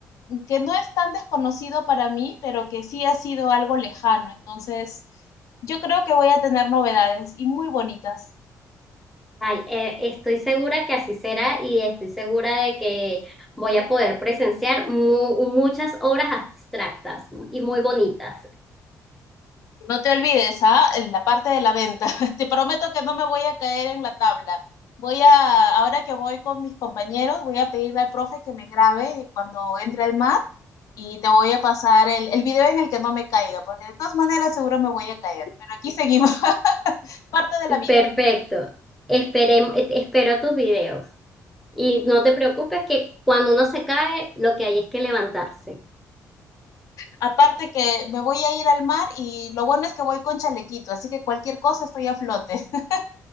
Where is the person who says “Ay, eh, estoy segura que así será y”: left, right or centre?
Centre